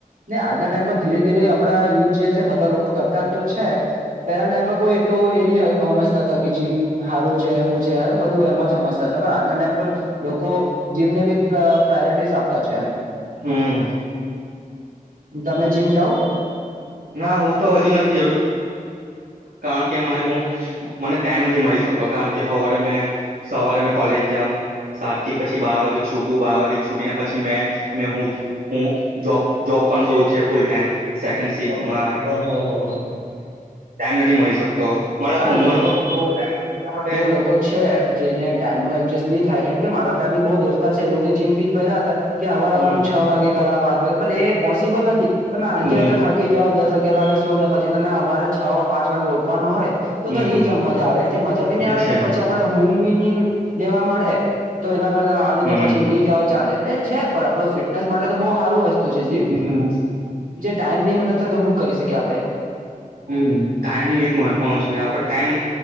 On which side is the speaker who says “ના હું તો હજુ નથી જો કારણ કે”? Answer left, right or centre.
Right